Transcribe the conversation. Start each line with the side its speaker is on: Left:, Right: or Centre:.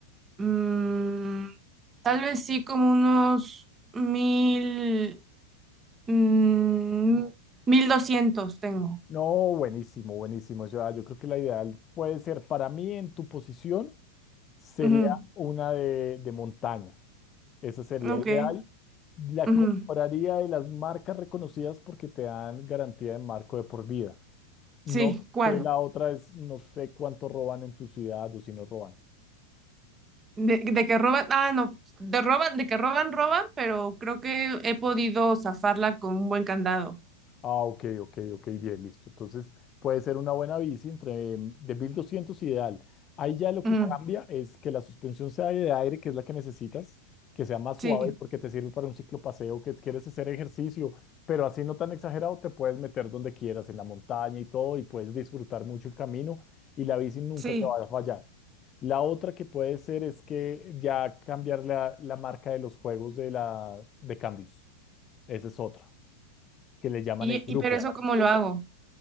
Right: mm, tal vez sí como unos mil. Mm, mil doscientos tengo.
Left: No, buenísimo, buenísimo. Yo, yo creo que la ideal puede ser, para mí en tu posición, sería
Right: Ujú,
Left: una de, de montaña. Esa sería
Right: Ok.
Left: ideal. La
Right: ujú.
Left: compraría de las marcas reconocidas porque te dan garantía de marco de por vida. No
Right: Sí, ¿cuál?
Left: sé,
Right: Bueno,
Left: la otra es, no sé cuánto roban en tu ciudad o si no roban.
Right: De, de que roban, ah, no, de roban, de que roban, roban, pero creo que he podido zafarla con un buen candado.
Left: Ah, ok, ok, ok, bien, listo. Entonces puede ser una buena bici entre mm, de 1200 ideal. Ahí ya lo que
Right: Ujú,
Left: cambia es que la suspensión sea de aire, que es la que necesitas, que sea más
Right: Sí,
Left: suave porque te sirve para un ciclopaseo, que quieres hacer ejercicio, pero así no tan exagerado, te puedes meter donde quieras, en la montaña y todo, y puedes disfrutar mucho el camino y la bici nunca
Right: sí.
Left: te va a fallar. La otra que puede ser es que ya cambiar la, la marca de los juegos de, la, de cambios. Esa es otra, que le llaman
Right: Y,
Left: el grupo.
Right: y pero eso ¿cómo lo hago?